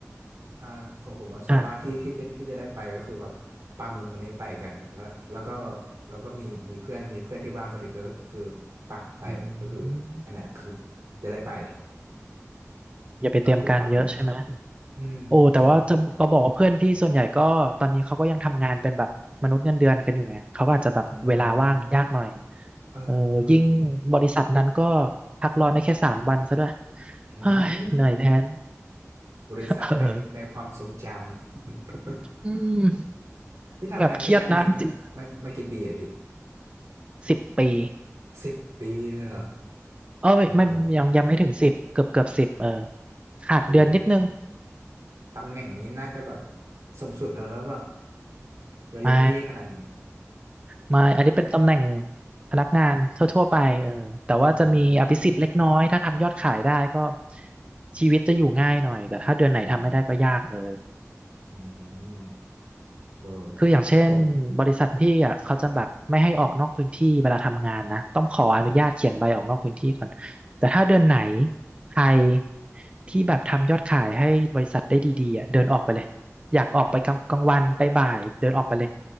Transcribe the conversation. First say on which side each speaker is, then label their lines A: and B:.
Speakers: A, on the right; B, on the right.
A: อ่าของผมอะส่วนมากที่ที่จะที่จะได้ไปก็คือแบบปลาหมึกวันนี้ไปกันแล้วแล้วก็
B: อ่ะ
A: แล้วก็มีมีเพื่อนมีเพื่อนที่ว่างกนอีกก็คือปะไปก็คืออันเนี้ยคือ
B: อืม
A: จะได้ไป <laughs>
B: อย่าไปเตรียมการเยอะใช่ไหม
A: มันต้องปรับปรับหน่อยอืมจริง
B: โอ้แต่ว่าจะก็บอกว่าเพื่อนพี่ส่วนใหญ่ก็ตอนนี้เขาก็ยังทำงานเป็นแบบมนุษย์เงินเดือนกันอยู่ไง เขาก็อาจจะแบบเวลาว่างยากหน่อย
A: อืมเออก็จริง
B: เออยิ่งบริษัทนั้นก็พักร้อนได้แค่สามวันซะด้วย
A: อื
B: เฮ้ยเหนื่อยแทน
A: มบริษัทในในความทรงจำ
B: เออ
A: <laughs>
B: อืม
A: พี่ทำงานที่นั่นมามามามากี่ปีอะพี่
B: แบบเครียดนะสิบสิบปี
A: สิบปีเลยเหรอ
B: เออไม่ไม่ยังยังไม่ถึงสิบเกือบเกือบสิบเออ
A: โอ้โห
B: ขาดเดือนนิดนึง
A: โอ้ ตำแหน่งนี้น่าจะแบบสูงสุดแล้วแล้วแบบรอยัลตี้ขนาดนี้
B: ไม่ ไม่อันนี้เป็นตำแหน่งพนักงานทั่วๆไปเออแต่ว่าจะมีอภิสิทธิ์เล็กน้อยถ้าทำยอดขายได้ก็
A: อืม
B: ชีวิตจะอยู่ง่ายหน่อย แต่ถ้าเดือนไหนทำไม่ได้ก็ยากเลย
A: อืมอืมโอ้
B: คืออย่างเช่นบริษัทพี่อ่ะเขาจะแบบไม่ให้ออกนอกพื้นที่เวลาทำงานนะต้องขออนุญาตเขียนใบออกนอกพื้นที่ก่อนแต่ถ้าเดือนไหน
A: ผม
B: ใครที่แบบทำยอดขายให้บริษัทได้ดีๆอ่ะเดินออกไปเลยอยากออกไปกลางกลางวันไปบ่ายเดินออกไปเลย